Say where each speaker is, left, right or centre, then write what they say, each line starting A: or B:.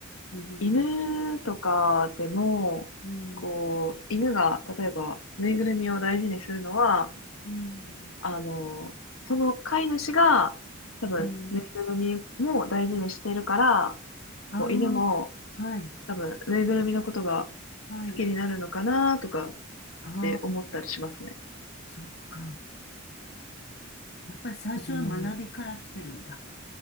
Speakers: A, on the left; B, on the left.
A: ーん、
B: 犬とかでも、
A: うーん、
B: こう、犬が例えばぬいぐるみを大事にするのは、
A: うーん、
B: あの、その飼い主が、多分、
A: うーん、
B: ぬいぐるみも大事にしてるから、
A: ああ、
B: こう、犬も、
A: はい、
B: 多分、ぬいぐるみのことが
A: はい、
B: 好きになるのかなとかっ
A: ああ、
B: て思ったりしますね。
A: そっか。やっぱり最初は学びから来てるんだ。
B: うん。